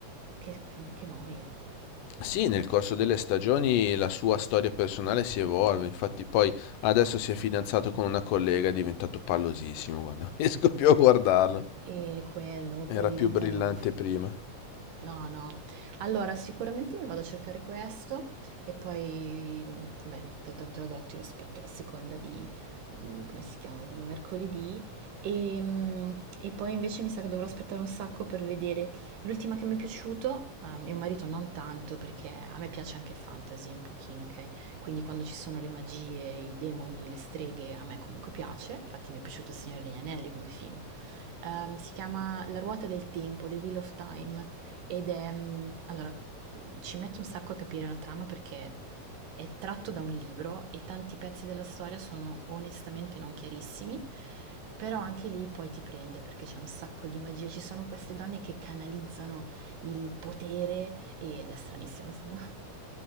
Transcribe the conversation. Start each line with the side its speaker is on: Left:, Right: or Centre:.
Right: che, che noia.
Left: Sì, nel corso delle stagioni la sua storia personale si evolve, infatti poi adesso si è fidanzato con una collega, è diventato pallosissimo, guarda, <laughs> non riesco più a guardarlo.
Right: E quello,
Left: Era
Right: poi diventano
Left: più brillante prima.
Right: No, no. Allora, sicuramente mi vado a cercare questo e poi, mh, vabbè, te, te te l'ho detto, io aspetto la seconda di, mh, come si chiama, di mercoledì e, mh, e poi invece mi sa che dovrò aspettare un sacco per vedere l'ultima che mi è piaciuto, a mio marito non tanto perché a me piace anche il fantasy un pochino, ok? Quindi quando ci sono le magie, i demoni, le streghe, a me comunque piace, infatti mi è piaciuto Il Signore degli Anelli come film. Ehm, si chiama La ruota del tempo, The Wheel of Time, ed è... mm, Allora, ci mette un sacco a capire la trama perché è tratto da un libro e tanti pezzi della storia sono onestamente non chiarissimi, però anche lì poi ti prende perché c'è un sacco di magia. Ci sono queste donne che canalizzano il potere ed è stranissimo, insomma.